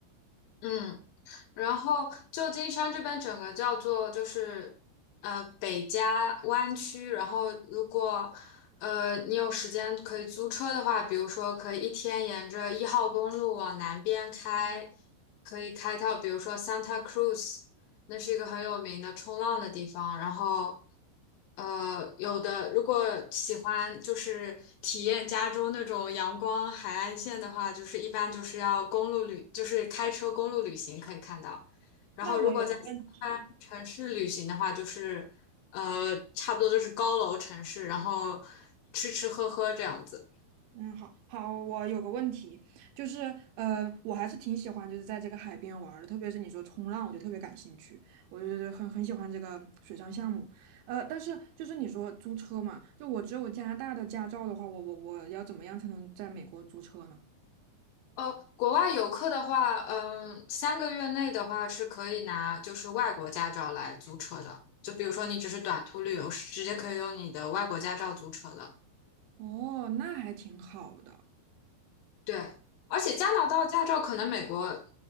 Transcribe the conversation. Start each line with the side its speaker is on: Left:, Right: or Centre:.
Left: 嗯。然后旧金山这边整个叫做就是呃北加湾区，然后如果呃你有时间可以租车的话，比如说可以一天沿着一号公路往南边开，可以开到比如说 Santa Cruz。那是一个很有名的冲浪的地方。然后，呃，有的如果喜欢就是体验加州那种阳光海岸线的话，就是一般就是要公路旅，就是开车公路旅行可以看到。然后，
Right: 那我有个问题。
Left: 如果在西安城市旅行的话，就是呃，差不多就是高楼城市，然后吃吃喝喝这样子。
Right: 嗯，好好，我有个问题，就是呃，我还是挺喜欢就是在这个海边玩儿的，特别是你说冲浪，我就特别感兴趣，我就觉得很很喜欢这个水上项目。呃，但是就是你说租车嘛，就我只有加拿大的驾照的话，我我我要怎么样才能在美国租车呢？
Left: 呃，国外游客的话，嗯，三个月内的话是可以拿就是外国驾照来租车的。就比如说你只是短途旅游，是直接可以用你的外国驾照租车的。
Right: 哦，那还挺好的。
Left: 对，而且加拿大驾照可能美国，